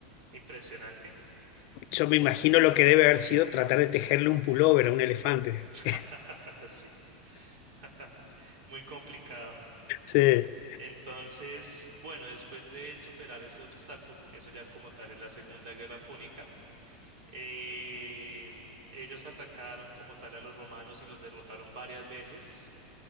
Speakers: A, on the right; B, on the left.
A: impresionante.
B: Yo
A: Bueno.
B: me imagino lo que debe haber sido tratar de tejerle un pullover a un elefante.
A: <laughs>
B: <laughs>
A: Sí, <laughs> muy complicado.
B: Sí,
A: Entonces, bueno, después de superar ese obstáculo, eso ya es como tal es la Segunda Guerra Púnica, em, ellos atacaron como tal a los romanos y los derrotaron varias veces.